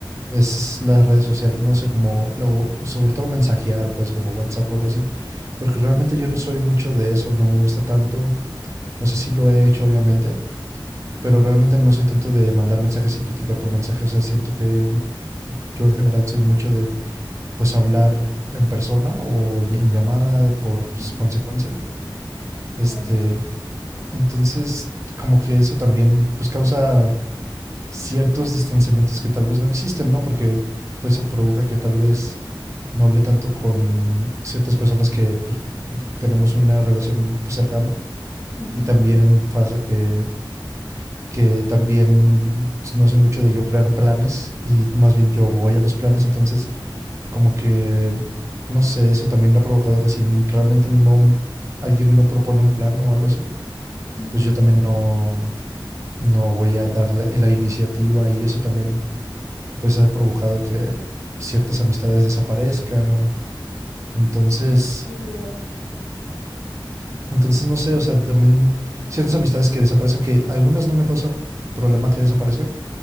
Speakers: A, on the right (about 35°); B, on the left (about 70°).
A: es las redes sociales, no sé, como luego, sobre todo mensajear, pues como WhatsApp o algo así, porque
B: ajá.
A: realmente yo no soy mucho de eso, no me gusta tanto, o sea, sí lo he hecho obviamente, pero realmente no soy tanto de mandar mensajes y platicar por mensaje, o sea, siento que yo en general soy mucho de pues hablar en persona o en llamada por
B: ujú,
A: consecuencia. Este,
B: Claro.
A: Entonces, como que eso también pues causa ciertos distanciamientos que tal vez no existen, ¿no? Porque pues eso provoca que tal vez no hable tanto con ciertas personas que pues tenemos una relación pues, cercana
B: Ajá,
A: y también pasa que que también no soy mucho de yo crear planes y más bien yo voy a los planes, entonces como que no sé, eso también ha provocado que si realmente no alguien no propone un plan o algo así,
B: ujú.
A: pues yo también no no voy a darle la iniciativa y eso también pues ha provocado que ciertas amistades desaparezcan. Entonces,
B: Sí, yo soy igual.
A: entonces no sé, o sea, también ciertas amistades que desaparezcan, que algunas no me causan problema que desaparezcan,